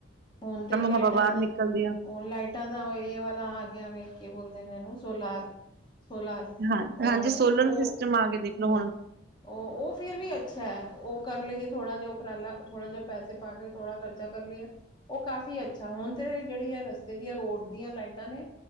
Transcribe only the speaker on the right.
ਹਵਾ ਬਾਹਰ
ਨਿਕਲਦੀ ਆ
ਹਾਂ
ਹਾਂਜੀ ਸੋਲਰ
ਸਿਸਟਮ ਆ ਗਏ ਦੇਖਲੋ
ਹੁਣ